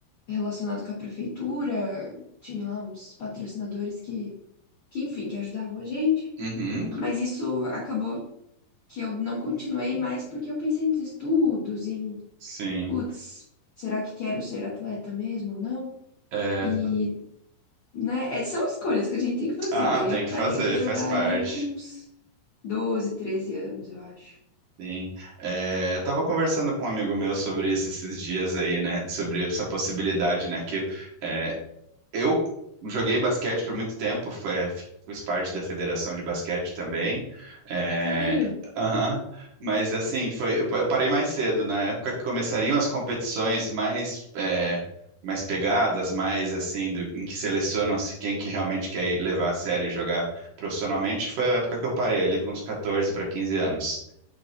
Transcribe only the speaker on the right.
Uhum.
Sim.
É,
Ah,
tem
que fazer,
faz parte.
Sim. É, eu tava conversando com um amigo meu sobre isso esses dias aí, né? Sobre essa possibilidade, né? Que é, Eu joguei basquete por muito tempo, fui- é, fiz parte da federação de basquete também. É,
aham. Mas assim, foi, eu, eu parei mais cedo, na época que começariam as competições mais, é, mais pegadas, mais assim, do- em que selecionam-se quem que realmente quer ir levar a sério e jogar profissionalmente, foi a época que eu parei ali com uns 14 para 15 anos.